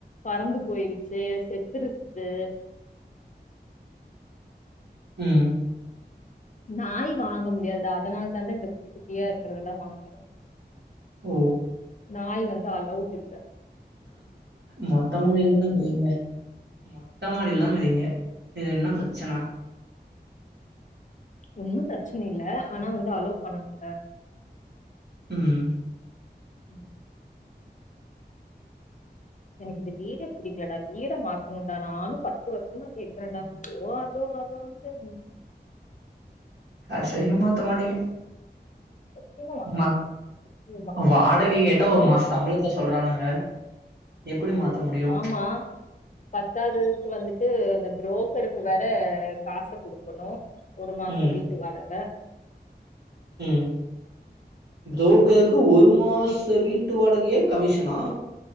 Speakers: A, on the left; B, on the right.
A: பறந்து போயிருச்சு செத்துருச்சு
B: ம்
A: நாய் வாங்க முடியாது டா அதனால் தான்டா இந்த குட்டி குட்டியா இருக்குறதெல்லா வாங்குறே
B: ஓ
A: நாய் வந்து அலௌடில்ல
B: மொட்ட மாடியில்தானா இக்குறீங்க மொட்ட மாடியில் தாங்குறீங்க இதுல என்ன பிரச்சன
A: ஒன்னு பிரச்சன இல்ல ஆனா வந்து அலோ பண்ணனுல்ல
B: ம்
A: ம் எனக்கு இந்த வீட பிடிக்கலடா வீட மாத்தணுன்டா நானு பத்து வர்சமா கேக்குறேன்டா தோ அதோ அதோ அதோ ம்
B: கட்சி வரைக்கும் மாத்த மாட்டீங்க
A: நிச்சயமா மாத்தனு
B: ம
A: நிச்சயமா
B: வாடகை கேட்டா ஒரு
A: ஓ
B: மாச சம்பளத்த சொல்றானுங்க எப்டி மாத்த முடியு
A: ஆமா பத்தாதுக்கு வந்துட்டு அந்த புரோக் இவருக்கு வேற காச குடுக்கணு ஒரு மாச
B: ம்
A: வீட்டு வாடக
B: ம் புரோக்கருக்கு ஒரு மாச வீட்டு வாடகையே கமிஷனா